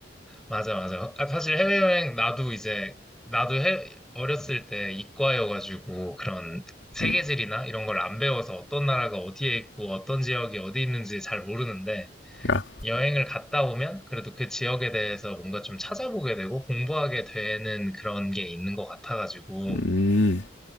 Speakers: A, in the centre; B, on the left (about 75°).
A: 맞아, 맞아. 아, 사실 해외여행, 나도 이제, 나도 해, 어렸을 때 이과여가지고, 그런 세계지리나
B: 음,
A: 이런 걸 안 배워서 어떤 나라가 어디에 있고, 어떤 지역이 어디 있는지 잘 모르는데,
B: 야,
A: 여행을 갔다 오면 그래도 그 지역에 대해서 뭔가 좀 찾아보게 되고 공부하게 되는 그런 게 있는 것 같아가지고,
B: 음.